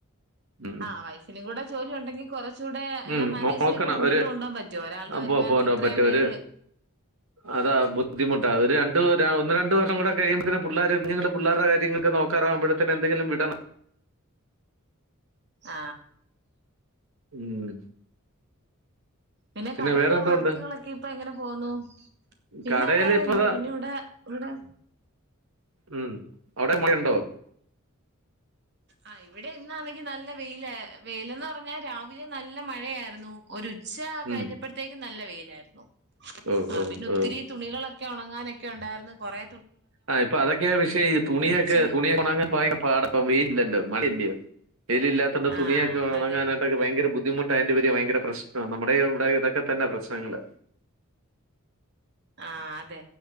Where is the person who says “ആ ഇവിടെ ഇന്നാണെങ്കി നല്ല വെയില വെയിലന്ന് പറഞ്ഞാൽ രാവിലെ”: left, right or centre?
Right